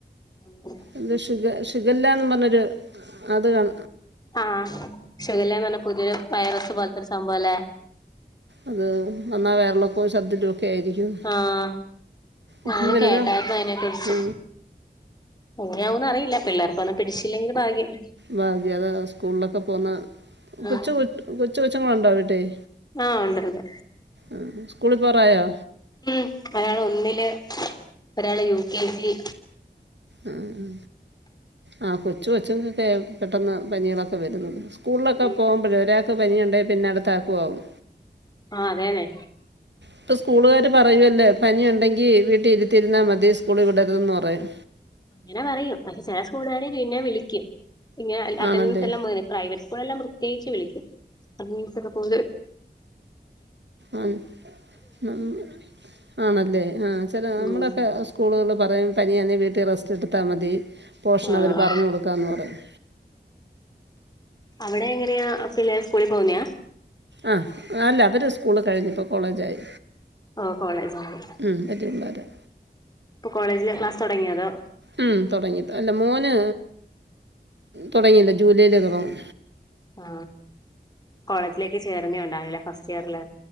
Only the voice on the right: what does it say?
എന്തോ ഷിഗ ഷിഗാല്ലാന്നും പറഞ്ഞൊരു അത് കാണ
അത്‌ വന്നാ വയറിളക്കോം ശർദിലുവൊക്കെ ആയിരിക്കും
ഇപ്പം വരുന്ന
ആ
ഭാഗ്യം അതാ സ്കൂളിലൊക്കെ പോന്ന
കൊച്ചു കൊ കൊച്ചു കൊച്ചങ്ങളൊണ്ടോ വീട്ടിൽ
ആഹ് സ്കൂളി പോവാറായോ
ആഹ് ആഹ് കൊച്ചു കൊച്ച്ങ്ങക്കെ പെട്ടെന്ന് പനികളൊക്കെ വരുന്നത് സ്കൂൾലക്കെ
പോമ്പഴേ ഒരാക്ക് പനിയൊണ്ടേ പിന്നടുത്താക്കും ആവും
ഇപ്പ സ്കൂളുകാര് പറയുവല്ലേ പനിയൊണ്ടെങ്കി വീട്ടി ഇരുത്തിരുന്നാ മതി സ്കൂളി വിടരുതെന്ന് പറയും
ആണല്ലേ
ആഹ് ഉം ആണല്ലേ ആ ചെല
അമ്മളക്കെ സ്കൂളുകൾല് പറയും പനിയാണെങ്കി വീട്ടി റെസ്റ്റെടുത്താ മതി പോഷനവര്
പറഞ്ഞു കൊടുക്കാന്ന് പറയും
ആഹ് അല്ല അവര് സ്കൂള് കഴിഞ്ഞ് ഇപ്പോ കോളേജായി
മ്മ് <unintelligible>
ഉം തൊടങ്ങി തൊ അല്ല മോന് തൊടങ്ങീല ജൂലൈയിലേ തൊടങ്ങു